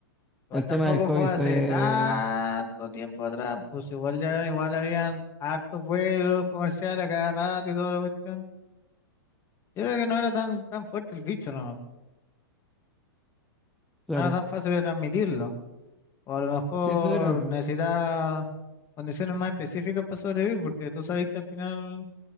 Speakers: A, on the left; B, in the centre.
A: Igual
B: El
A: tampoco
B: tema del COVID
A: fue
B: fue,
A: hace tanto tiempo atrás, pues igual ya, igual habían hartos vuelos comerciales a cada rato y toda la cuestión. Yo creo que no era tan, tan fuerte el bicho, no,
B: claro,
A: no era tan fácil de transmitirlo. O a lo mejor
B: sí, eso era, po.
A: necesitaba condiciones más específicas para sobrevivir, porque tú sabes que al final